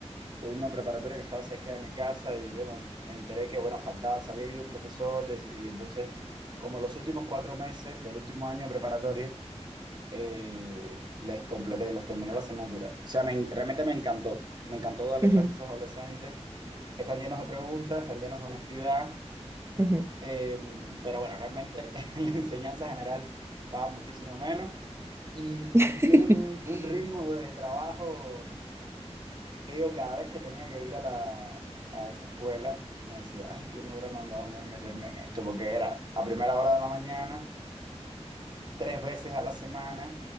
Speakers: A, on the right (about 40°); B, on the right (about 20°).
A: de una preparatoria que estaba cerca de mi casa y bueno, me enteré que bueno, faltaba, se había ido un profesor de- y entonces como los últimos cuatro meses del último año de preparatoria, eh, les completé, les terminé la asignatura. O sea, me en- realmente me encantó, me encantó darle
B: ujú,
A: clases a esos adolescentes. Están llenos de preguntas, están llenos de honestidad,
B: ujú,
A: eh, pero bueno, realmente <laughs> en la enseñanza general pagan muchísimo menos y,
B: <laughs>
A: y tienen un un ritmo de trabajo que yo cada vez que tenía que ir a la, a esa escuela, me decía, ay, ¿qué me habrá mandado a mí a meterme en esto? Porque era a primera hora de la mañana, tres veces a la semana,